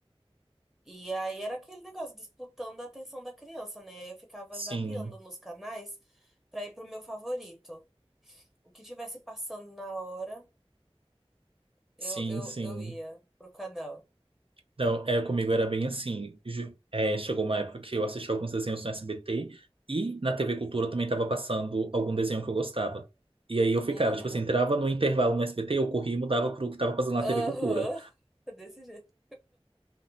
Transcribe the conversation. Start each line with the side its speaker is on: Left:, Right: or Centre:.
Centre: E aí era aquele negócio disputando a atenção da criança, né? Aí eu ficava
Right: Sim,
Centre: zapeando nos canais pra ir pro meu favorito. O que tivesse passando na hora, eu,
Right: sim,
Centre: eu,
Right: sim.
Centre: eu ia pro canal.
Right: Não, é, comigo era bem assim. Ju- é, chegou uma época que eu assisti alguns desenhos no SBT e na TV Cultura também estava passando algum desenho que eu gostava. E aí eu ficava,
Centre: Uhum.
Right: tipo assim, entrava no intervalo no SBT, eu corria e mudava pro que estava passando na
Centre: Aham.
Right: TV Cultura.
Centre: <laughs> Desse jeito.